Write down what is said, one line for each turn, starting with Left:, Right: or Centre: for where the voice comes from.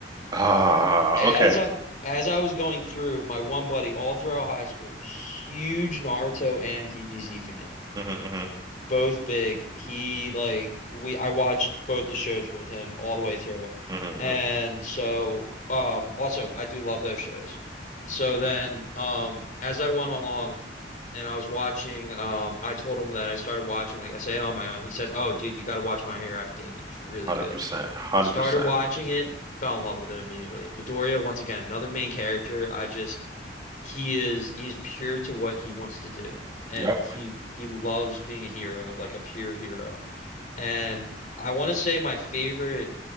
Right: Ah,
Left: As
Right: okay.
Left: I as I was going through, my one buddy all throughout high school, huge Naruto and DBZ fan.
Right: Mm-hmm,
Left: both big. He like we I watched both the shows with him all the way through.
Right: hmm
Left: And
Right: hmm
Left: so um also I do love those shows. So then um as I went along and I was watching um I told him that I started watching like I say on my own. He said, "Oh dude, you got to watch My Hero Academia. It's really
Right: 100%.
Left: good."
Right: 100%.
Left: Started watching it, fell in love with it immediately. Midoriya once again, another main character. I just he is he's pure to what he wants to do and
Right: Yep.
Left: he he loves being a hero like a pure hero and I want to say my favorite